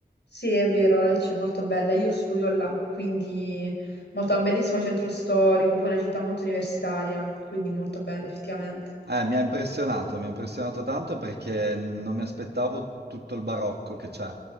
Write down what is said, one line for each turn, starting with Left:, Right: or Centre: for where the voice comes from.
Left: Sì, è vero, Lecce è molto bella. Io studio là, quindi molto, ha un bellissimo centro storico, poi è una città molto universitaria, quindi molto bella effettivamente.
Right: Eh, mi ha impressionato, mi ha impressionato tanto perché non mi aspettavo tutto il barocco che c'è.